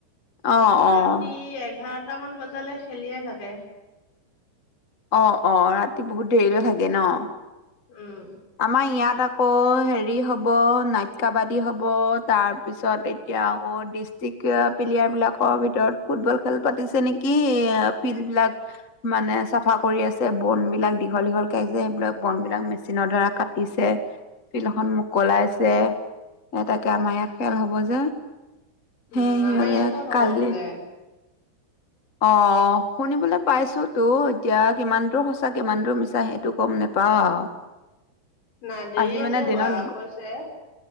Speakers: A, on the left (about 50°); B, on the left (about 85°).
A: অ', অ',
B: ৰাতি এঘাৰটা মান বজালে খেলিয়ে থাকে।
A: অ' অ' ৰাতি বহুত দেৰিলৈ থাকে ন।
B: উম
A: আমাৰ ইয়াত আকৌ হেৰি হব নাইট কাবাদী হব তাৰপিছত এতিয়া আকৌ ডিষ্ট্ৰিক্ প্লেয়াৰ বিলাকৰ ভিতৰত ফুটবল খেল পাতিছে নেকি এ ফিল্ড বিলাক মানে চাফা চাফা কৰি আছে বন বিলাক দীঘল দীঘল কে যে সেইবিলাক বন বিলাক মেচিনৰ দ্বাৰা কাটিছে। ফিল্ড খন মুকলাইছে এ তাকে আমাৰ ইয়াত খেল হব যে। সেই
B: উম
A: সিহঁৰে
B: আমাৰ ইয়াতো হ'ব
A: কালি
B: বোলে
A: অ অ শুনিবলৈ পাইছো তো এতিয়া কিমান দূৰ সঁচা কিমান দূৰ মিছা সেইটো গ'ম নোপাওঁ আৰু।
B: নাই দেৰি
A: আজি
B: আছে
A: মানে
B: হোৱা,
A: দিনত
B: কৈছে।